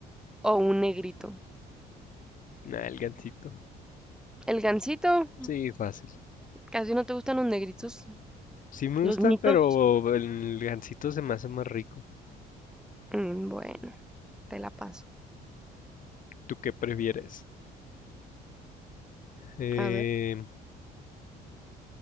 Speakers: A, in the centre; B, on the left (about 50°).
A: o un negrito?
B: nada, el gansito.
A: El gansito.
B: Sí, fácil.
A: Casi no te gustan los negritos.
B: Sí me
A: Los
B: gusta,
A: nitos.
B: pero el gansito se me hace más rico.
A: Mm, bueno, te la paso.
B: ¿Tú qué prefieres? Eh,
A: A ver.